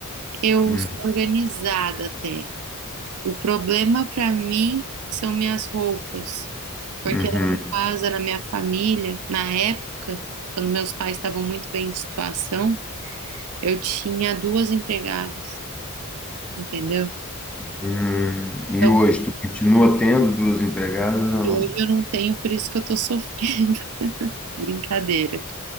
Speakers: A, on the right; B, in the centre.
A: eu
B: Hum,
A: sou organizada até. O problema para mim são minhas roupas. Porque
B: Uhum.
A: lá em casa, na minha família, na época, quando meus pais estavam muito bem de situação, eu tinha duas empregadas, entendeu?
B: Hum. E
A: Então,
B: hoje, tu continua tendo duas empregadas ou
A: hoje
B: não?
A: eu não tenho, por isso que eu tô sofrendo. <laughs> Brincadeira.